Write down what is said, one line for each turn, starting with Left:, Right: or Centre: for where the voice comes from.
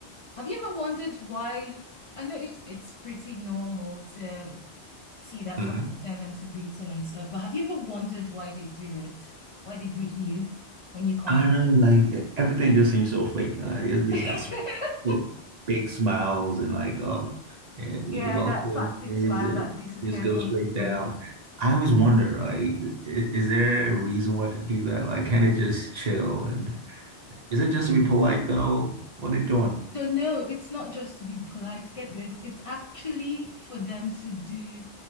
Left: Have you ever wondered why? I know it's it's pretty normal to see that
Right: hmm
Left: flight attendants greeting and stuff, but have you ever wondered why they do it? Why they greet you when you come
Right: I
Left: in?
Right: know, like e- everything just seems so fake. Uh, you just
Left: <laughs>
Right: got s- big big smiles and like, oh, yeah, you're
Left: Yeah,
Right: welcome.
Left: that plastic
Right: Here
Left: smile
Right: is it.
Left: that disappears
Right: Just go
Left: once
Right: straight
Left: you
Right: down.
Left: go.
Right: I always wonder, like, i- is there a reason why to do that? Like, can they just chill? And is it just to be polite though? What are they doing?
Left: So no, it's not just to be polite. Get this. It's actually for them to do